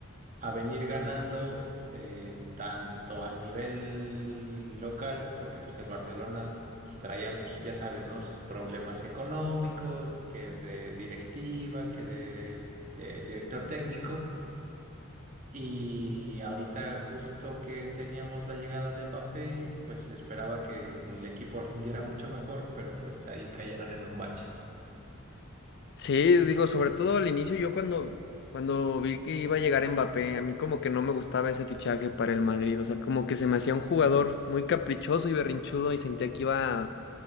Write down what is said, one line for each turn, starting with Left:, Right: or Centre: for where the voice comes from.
Right: a venir ganando eh, tanto a nivel local, porque pues el Barcelona pues, traían, sus- ya sabes, ¿no? Sus problemas económicos, que de directiva, que de eh, director técnico. Y ahorita justo que teníamos la llegada de Mbappé, pues se esperaba que el equipo rindiera mucho mejor, pero pues ahí cayeron en un bache.
Left: Sí, digo, sobre todo al inicio yo cuando cuando vi que iba a llegar Mbappé, a mí como que no me gustaba ese fichaje para el Madrid, o sea, como que se me hacía un jugador muy caprichoso y berrinchudo y sentía que iba